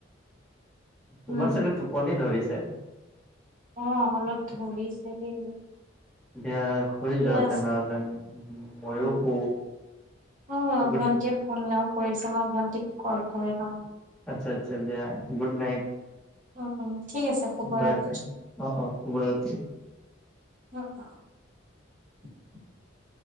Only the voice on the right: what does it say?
উম
অ অলপ ধৰিছে দেই।
আছে
দিয়া।
উম,
অ
ভন্টিয়ে ফোনও কৰিছে মই ভন্টিক কল কৰি লম।
উম উম ঠিক আছে শুভৰাত্ৰি
<unintelligible>